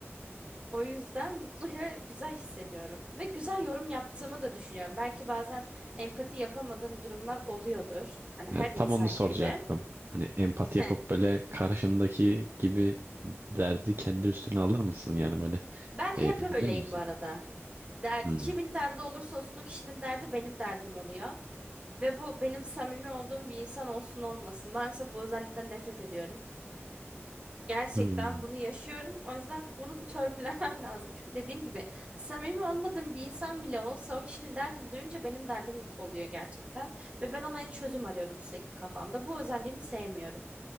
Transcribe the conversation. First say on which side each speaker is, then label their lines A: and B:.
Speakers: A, on the right; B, on the right.
A: O yüzden mutlu ve güzel hissediyorum. Ve güzel yorum yaptığımı da düşünüyorum. Belki bazen empati yapamadığım durumlar oluyordur. Hani her
B: E,
A: insan
B: tam onu soracaktım.
A: gibi.
B: Hani empati
A: Heh.
B: yapıp böyle karşındaki gibi derdi kendi üstüne alır mısın? Yani böyle
A: Ben
B: e,
A: hep
B: üzülür
A: öyleyim
B: müsün?
A: bu arada. Der,
B: Hmm.
A: kimin derdi olursa olsun o kişinin derdi benim derdim oluyor. Ve bu benim samimi olduğum bir insan olsun olmasın. Ben mesela bu özelliğinden nefret ediyorum. Gerçekten
B: Hmm.
A: bunu yaşıyorum. O yüzden bunu bir törpülemem <laughs> lazım. Çünkü dediğim gibi samimi olmadığım bir insan bile olsa o kişinin derdini duyunca benim derdim gi- oluyor gerçekten. Ve ben ona çözüm arıyorum sürekli kafamda. Bu özelliğimi sevmiyorum.